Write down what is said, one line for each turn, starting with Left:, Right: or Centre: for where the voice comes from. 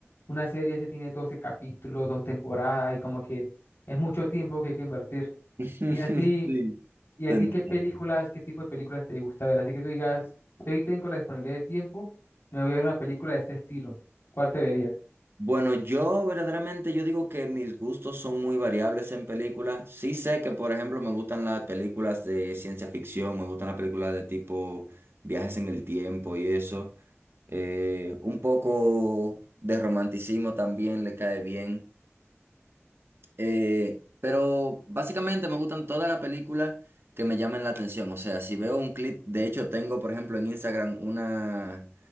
Left: Una serie se tiene 12 capítulos, dos temporadas y como que es mucho tiempo que hay que invertir.
Right: <laughs>
Left: ¿Y
Right: Sí,
Left: a ti? ¿Y
Right: te
Left: a ti
Right: entiendo.
Left: qué películas, qué tipo de películas te gusta ver? Así que tú digas, si hoy tengo la disponibilidad de tiempo, me voy a ver una película de este estilo. ¿Cuál te verías?
Right: Bueno, yo verdaderamente yo digo que mis gustos son muy variables en películas. Sí sé que, por ejemplo, me gustan las películas de ciencia ficción, me gustan las películas de tipo viajes en el tiempo y eso. Eh, un poco de romanticismo también le cae bien. Eh, pero básicamente me gustan todas las películas que me llamen la atención. O sea, si veo un clip, de hecho tengo, por ejemplo, en Instagram una,